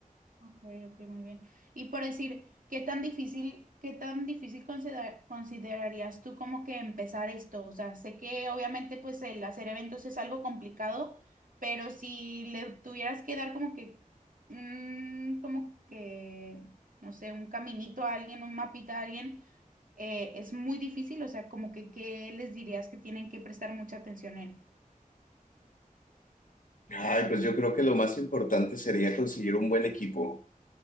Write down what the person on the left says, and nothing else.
Ay, pues yo creo que lo más importante sería conseguir un buen equipo.